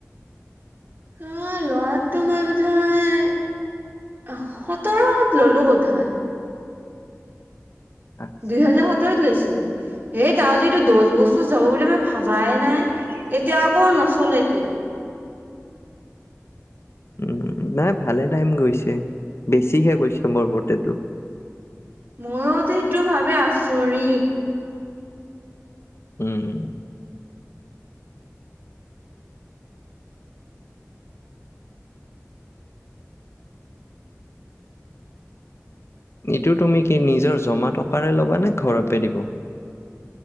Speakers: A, on the right; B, on the left.
A: আহ লৰাটো মই বোধাই সোতৰশত ললো বোধাই
B: আচ্ছা
A: দুহেজাৰ সোতৰত লৈছো হ তাৰ যটো দহ বছৰ যাব বুলি মই ভাবাই নাই এতিয়া আকৌ নচলেকে
B: উম, নাই ভালে টাইম গৈছে বেছিহে গৈছে মোৰ মতেতটো
A: মইতো এইটো ভাবে আচৰিত
B: উম ইটো তুমি কি নিজৰ জমা টকাৰে ল'বানে ঘৰতে দিব